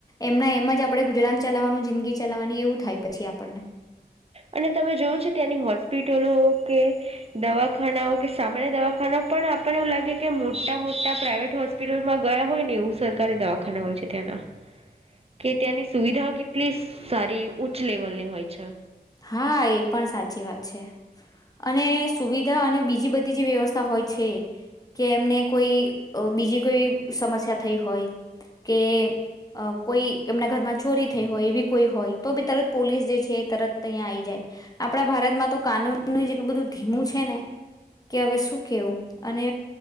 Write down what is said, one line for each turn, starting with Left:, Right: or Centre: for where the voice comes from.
Left: એમના એમ જ આપણે ગુજરાન ચલાવવાનું જિંદગી ચલાવવાની એવું થાય પછી આપણને
Right: અને તમે જોવ છો ત્યાંની હોસ્પિટલો કે દવાખાનાઓ કે સામાન્ય દવાખાનાઓ પણ આપણને એવું લાગે કે મોટા મોટા પ્રાઇવેટ હોસ્પિટલમાં ગયા હોય ને એવું સરકારી દવાખાના હોય છે ત્યાંના કે ત્યાંની સુવિધાઓ કેટલી સારી ઉચ્ચ લેવલની હોય છે.
Left: હા એ પણ સાચી વાત છે અને સુવિધા અને બીજી બધી જે વ્યવસ્થા હોય છે કે એમને કોઈ બીજી કોઈ સમસ્યા થઈ હોય કે કોઈ એમના ઘરમાં ચોરી થઈ હોય એવી કોઈ હોય તો બી તરત પોલીસ જે છે તરત તહીં આ આવી જાય આપણા ભારતમાં તો કાનૂનનું જેટલું બધું ધીમું છે ને કે હવે શું કેવું અને